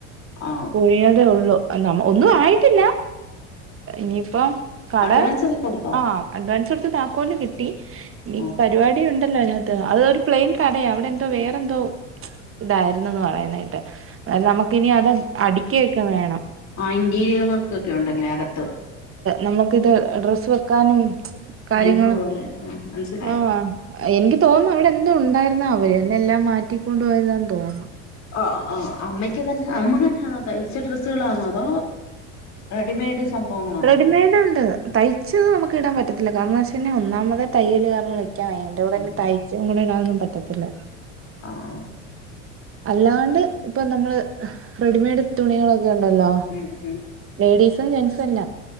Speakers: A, on the left; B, on the right.
A: ആഹ്
B: കുഴിയാതേഒള്ളു നമ്മ ഒന്നും ആയിട്ടില്ല ഇനിയിപ്പം കട
A: അഡ്വാൻസ് ഒക്കെ കൊടുത്തോ
B: ആഹ് അഡ്വാൻസ്കൊടുത്ത് താക്കോല്കിട്ടി ഇനിപരിപാടിഉണ്ടല്ലോ
A: ആഹ്
B: അതിന അതൊരു പ്ലെയിൻകടയാഅവിടെ എന്തോവേറെന്തോ ഇതായിന്നൂന്ന് പറയ്ന്നകേട്ട് അത് നമ്മക്കിനി അതൽ അടിക്ക്യയൊക്കെ വേണം
A: ആഹ് ഇന്റീരിയൽവർക്കൊക്കെ ഉണ്ടല്ലേ അകത്ത്
B: നമ്മക്കിത് ഡ്രസ്സ് വെക്കാനും കാര്യങ്ങളും
A: ഷെൽഫ്പോലെ ആഹ് മനസ്സിലായി
B: ആഹ് എനിക്ക് തോന്നുഅവിടെഎന്തോ ഉണ്ടായിരുന്നഅവര് എന്നെഎല്ലാം മാറ്റിക്കൊണ്ടു പോയതാന്ന്തോന്നുന്നു
A: ആആഹ് അമ്മയ്ക്ക്തന്നെ അമ്മതന്നെയാണോതയ്ച്ചഡ്രെസ്സുകളാണോ അതോ റെഡിമെയ്ഡ് സംഭവങ്ങളാണോ
B: റെഡിമേഡ്ഉണ്ട് തൈ ച്ചത് നമ്മക്ക് ഇടാം പറ്റത്തില്ല കാരണം വെച്ചെന്നെ ഒന്നാമതെ തയ്യല് കാരണം വെക്ക വെയി <unintelligible>
A: ഉം
B: തൈ ച്ചും കൂടി ഇടാനൊന്നും പറ്റത്തില്ല
A: ആഹ്
B: അല്ലാണ്ട് ഇപ്പം നമ്മള് റെഡിമേഡ് തുണികളൊക്കെ ഉണ്ടല്ലോ
A: ഉം ഉം
B: ലേഡീസും ജെൻസു അല്ല